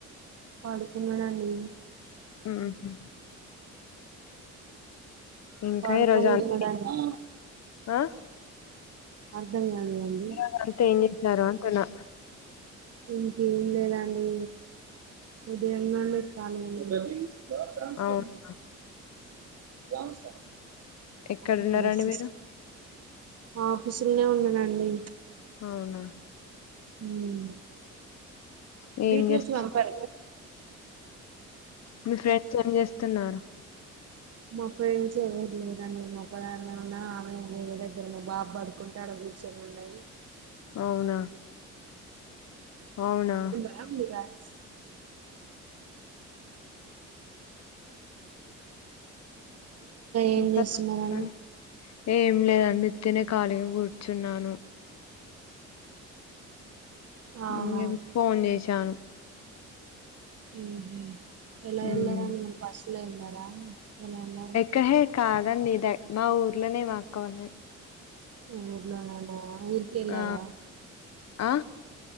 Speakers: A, on the right; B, on the left.
A: పాడుకున్నాడండి
B: ఉహు ఇంకా
A: పాడుకోనున్నాడండి
B: ఈరోజు అంత ఆ
A: అర్ధం కాలేదండి
B: ఈరోజు అంతా ఏం చేసినారు అంటున్నా
A: ఇంకేం లేదండి ఉదయంన్న లేదు కానీ ఉండ హలో గమస్థాన
B: అవునా
A: గ్రామస్థనం <unintelligible>
B: ఎక్కడున్నారండి
A: అక్కడ వస్తే
B: మీరు
A: ఆఫీస్ లనే ఉన్నానండి
B: అవునా
A: ఉమ్
B: ఉమ్ ఏం
A: డీటెయిల్స్
B: చేస్తు
A: మంప్పార
B: మీ ఫ్రెండ్స్ ఏం చేస్తున్నారు
A: మా ఫ్రెండ్స్ ఎవ్వరు లేరు అండి నే ఒక్కదాన్నే ఉన్నా ఆమె మీ దగ్గర ను్వు బాబ పడు మా ఫ్రెండ్ ఆడా కూర్చొని ఉన్నది
B: అవునా అవునా
A: నక్ మిరాయి ఇష్టం ఏం
B: ఇంకా
A: చేస్తున్నారండి
B: చెప్పండి ఏం లేదండి ఉత్తినే ఖాళీగా కూర్చున్నాను హ్మ్
A: అవునవును
B: ఇగా మీకు ఫోన్ చేశాను
A: ఉహు ఎలా
B: ఉమ్
A: ఎల్లారండి బస్సులో ఎల్రరా ఎలా ఎల్లారు
B: దాహేరే కాదండి ఇద మా ఊర్లోనే మాక్క వాళ్ళది
A: ఊర్లోనేనా ఊర్క ఎళ్ళారా
B: ఆ ఆ